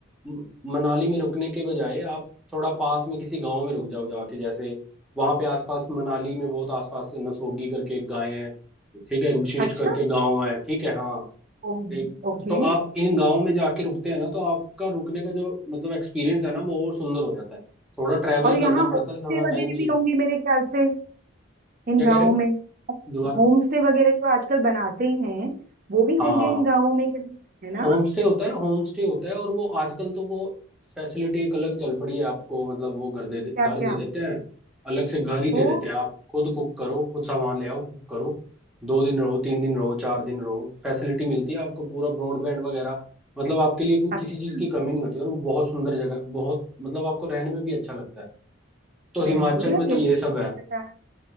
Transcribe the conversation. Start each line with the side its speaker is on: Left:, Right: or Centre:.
Centre: म- मनाली में रुकने के बजाय आप थोड़ा पास में किसी गांव में रुक जाओ जाके जैसे वहां पे आसपास मनाली में बहुत आसपास नसोगी करके एक गाय है ठीक है एक वशिष्ठ
Right: अच्छा
Centre: करके गांव है ठीक है हाँ
Right: ओके
Centre: एक तो आप इन गाँव में जाके रुकते हैं ना तो आपका रुकने का जो मतलब एक्सपीरियंस है ना वो और सुंदर हो जाता है थोड़ा ट्रैवल
Right: और यहाँ
Centre: करना
Right: होम
Centre: पड़ता है
Right: स्टे
Centre: थोड़ा टाइम
Right: वगैरह
Centre: चाहिए
Right: भी होंगे मेरे ख्याल से इन
Centre: क्या
Right: गाँवों
Centre: कह रहे हो
Right: में
Centre: दोबारा
Right: होम स्टे वगैरह जो आजकल बनाते हैं वो भी होंगे
Centre: हाँ
Right: इन गाँवों में कहीं है ना
Centre: होम स्टे होता है होम स्टे होता है और वो आजकल तो वो फैसिलिटी एक अलग चल पड़ी है आपको मतलब वो घर दे दे
Right: क्या
Centre: घर
Right: क्या
Centre: दे देते हैं अलग से घर ही
Right: ओ
Centre: दे देते हैं आप खुद कुक करो खुद सामान ले आओ कुक करो दो दिन रहो तीन दिन रहो चार दिन रहो फैसिलिटी मिलती है आपको पूरा ब्रॉडबैंड वगैरह मतलब आपके लिए कोई
Right: अच्छा
Centre: किसी चीज़ की कमी नहीं होती और वो बहुत सुंदर जगह बहुत मतलब आपको रहने में भी अच्छा लगता है तो
Right: वेरी
Centre: हिमाचल
Right: गुड यार
Centre: में तो
Right: ये तो
Centre: ये
Right: मुझे
Centre: सब है
Right: नहीं पता